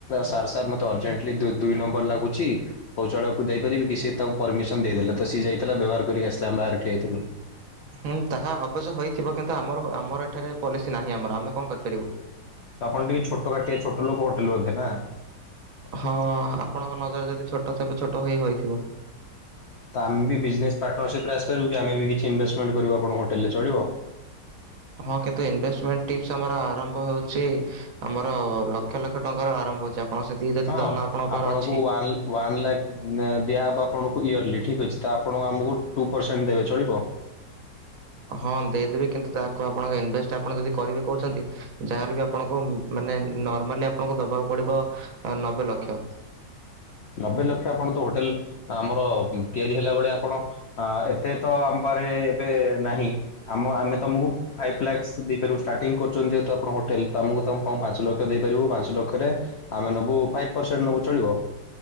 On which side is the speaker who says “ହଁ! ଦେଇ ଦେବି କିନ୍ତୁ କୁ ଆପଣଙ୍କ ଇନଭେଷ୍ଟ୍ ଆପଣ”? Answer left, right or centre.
Right